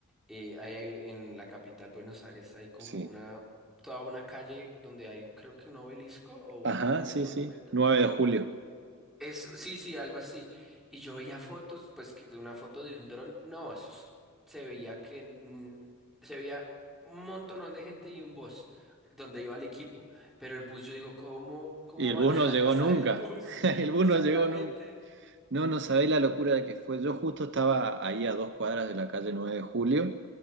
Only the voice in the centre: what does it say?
eh, hay, hay en la capital, Buenos Aires, hay como
una, toda una calle donde hay creo que un obelisco o una-
un
monumento.
Eso, sí, sí, algo así. Y yo veía fotos, pues que de una foto de un dron, no, eso es- se veía que mm, se veía un montonón de gente y un bus donde iba el equipo. Pero el bus, yo digo, ¿cómo, cómo
van
a <laughs>
dejar
pasar
el bus?
<laughs> Exactamente.